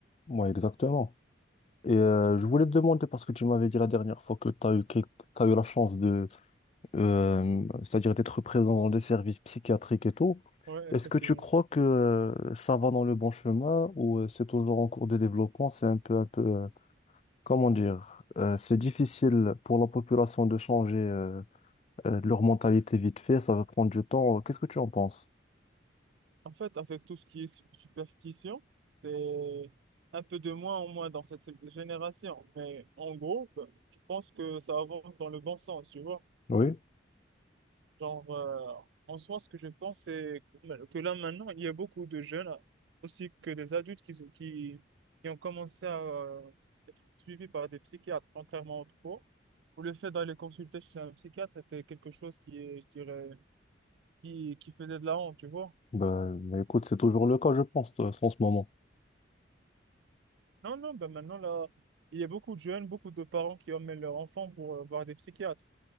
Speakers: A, on the left; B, on the right.
A: Moi, exactement. Et euh, je voulais te demander, parce que tu m'avais dit la dernière fois que tu as eu, quel- t'as eu la chance de, euh, c'est-à-dire d'être présent dans des services psychiatriques et tout,
B: Oui, effectivement.
A: est-ce que tu crois que euh, ça va dans le bon chemin ou euh, c'est toujours en cours de développement, c'est un peu, un peu euh, Comment dire, euh, c'est difficile pour la population de changer euh, euh, leur mentalité vite fait, ça va prendre du temps. Qu'est-ce que tu en penses?
B: En fait, avec tout ce qui est su- superstition, c'est un peu de moins en moins dans cette génération. Mais en gros, ben, je pense que ça avance dans le bon sens, tu vois.
A: Oui,
B: Genre, euh, en soi, ce que je pense, c'est que que là maintenant, il y a beaucoup de jeunes, aussi que des adultes, qui, se- qui, qui ont commencé à euh, être suivis par des psychiatres, contrairement autrefois, où le fait d'aller consulter chez un psychiatre était quelque chose qui, est- je dirais, qui, qui faisait de la honte, tu vois.
A: ben ben, écoute, c'est toujours le cas, je pense, euh, en ce moment.
B: Non, non, ben maintenant, là, il y a beaucoup de jeunes, beaucoup de parents qui emmènent leurs enfants pour euh, voir des psychiatres.